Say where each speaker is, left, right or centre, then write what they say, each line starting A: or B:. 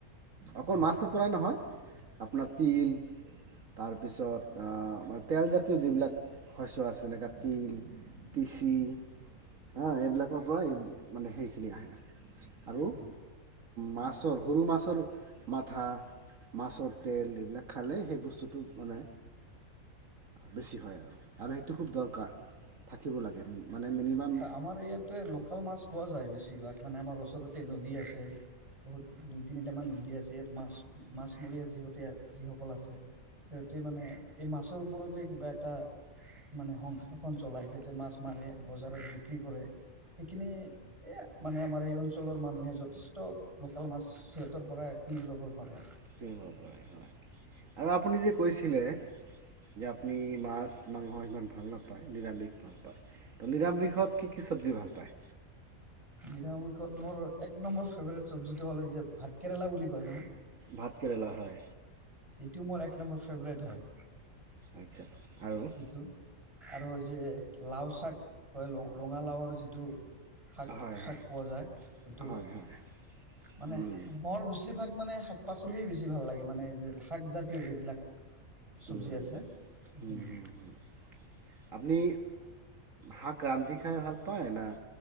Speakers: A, on the right; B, on the right.
A: অকল
B: তেনেকে
A: মাছৰ পৰাই নহয় আপোনাৰ তিল তাৰপিছত আ তেলজাতীয় যিবিলাক শস্য আছে জেনেকা তিল, তিচি অ এইবিলাকৰ পৰাই
B: হয়
A: মানে সেই <unintelligible> আহে। আৰু
B: অ
A: মাছৰ সোৰো মাছ মছৰ মাথা মাছৰ তেল এইবিলাক খালে সেই বস্তুটো মানে বেছি হয় আৰু আৰু সেইটো খুব দৰকাৰ থাকিব লাগে মানে মিনিমাম
B: হয় আমাৰ ইয়াতে লোকেল মাছ পোৱা যায় বেছি। বেছিভাগ মানে আমাৰ ওচৰতে নদী আছে। বহুত দুই তিনিটা মান নদী আছে ইয়াৰ ম মাছমৰীয়া যিহতীয়া যিসকল আছে সিহঁতে মানে এই মাছ ওপৰতে কিবা এটা মানে সংসাৰখন চলাই সিহঁতে মাছ মাৰে বজাৰত বিক্ৰী কৰে সিখিনি এ মানে আমাৰ এই অঞ্চলৰ মানুহে যথেষ্ট লোকেল মাছ সিহঁতৰ পৰা কিনি ল'ব পাৰে।
A: কি হ পাৰে হয়। আৰু আপুনি যে কৈছিলে যে আপুনি মাছ মাংস ইমান ভাল নাপায়। নিৰামিষ ভাল পায় ত' নিৰামিষত কি কি চবজি ভাল পায়?
B: নিৰামিখত মোৰ এক নম্বৰ ফেভৰেট চবজিটো হ'ল এই যে ভাত কেৰেলা বুলি কয় নহয়।
A: ভাতকেৰেলা, হয়।
B: এইটো মোৰ এক নম্বৰ ফেভৰেট হয়।
A: আচ্ছা, আৰু?
B: এইটো আৰু যে লাও শাক কয়, ৰঙালাওৰ যিটো শাক
A: হয়
B: চাক
A: হয়
B: পোৱা যায়, সেইটো
A: হয় হয়
B: মানে
A: উম
B: বৰ বেছি মোক মানে শাক পাচলিয়ে বেছি ভাল লাগে মানে যে শাক জাতীয় যিবিলাক। চব্জি
A: উম
B: আছে, সেইখিনি।
A: হুম হুম হুম আপুনি, শাক ৰান্ধি খাই ভাল পায়, না